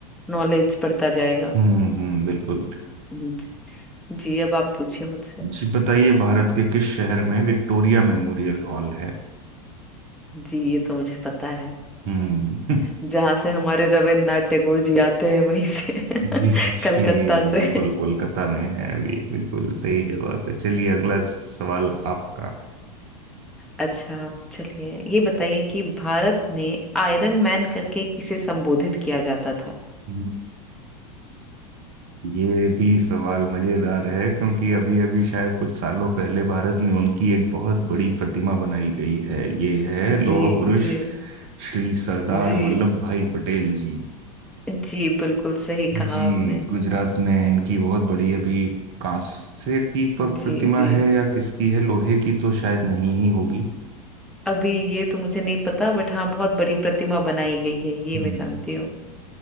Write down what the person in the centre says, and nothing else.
नॉलेज बढ़ता जाएगा
ज- जी अब आप पूछिए मुझसे
जी ये तो मुझे पता है
जहाँ से हमारे रविन्द्रनाथ टैगोर जी आते हैं वहीं से
<laughs>
कलकत्ता से
अच्छा आप चलिए ये बताइए कि भारत में आयरन मैन करके किसे संबोधित किया जाता था
जी
जी
जी
जी बिल्कुल सही कहा
आपने
जी
जी
अभी ये तो मुझे नहीं पता बट हाँ बहुत बड़ी प्रतिमा बनाई गई है ये
मैं जानती हूँ